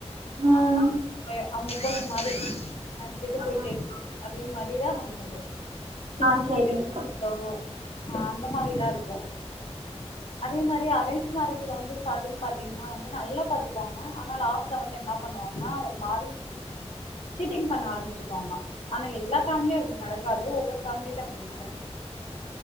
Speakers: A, on the right; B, on the left.
A: ம்
B: நான் தான் அவங்க பொண்ணு மாரி நடத்திட்டு
A: ஆ
B: போய்ட்டே இருப்பாங்க அதே மாரி இதான் மண் பண்ணோம் சின்ன
A: ஆ
B: சின்ன
A: சரிங்க்கா
B: சண்டை வரும் ஆனா மாரிலா இருக்கும் அதே மாரி அரேஞ் மேரேஜ் ல வந்து ஸ்டார்ட்டிங் பாத்திங்கனா வந்து நல்லா பாத்துப்பாங்க ஆனா லாஸ்ட் ந்து என்ன பண்ணுவாங்கன்னா ஒரு மாரி சீட்டிங் பண்ண ஆரம்பிச்சுக்குவாங்க ஆனா எல்லா ஃபேமிலிலயும் அப்டி நடக்காது ஒவ்வொரு ஃபேம்மிலில அப்டி நடக்குது